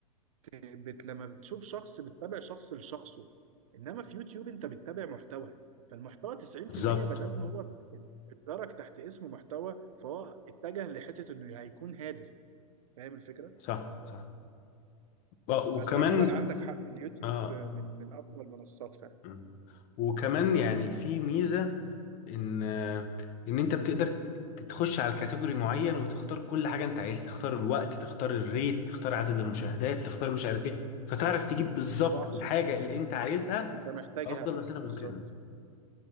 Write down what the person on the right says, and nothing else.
بت... لما بتشوف شخص بتتابع شخص لشخصه انما في يوتيوب انت بتتابع محتوى فالمحتوى 90%
ما دام هو اتدرج تحت اسم محتوى فهو اتجه لحته انه هيكون هادف فاهم الفكره؟
بس
عموما عندك حق اليوتيوب
من من اقوى المنصات فعلا
صح
صح
انت محتاجها
بالظبط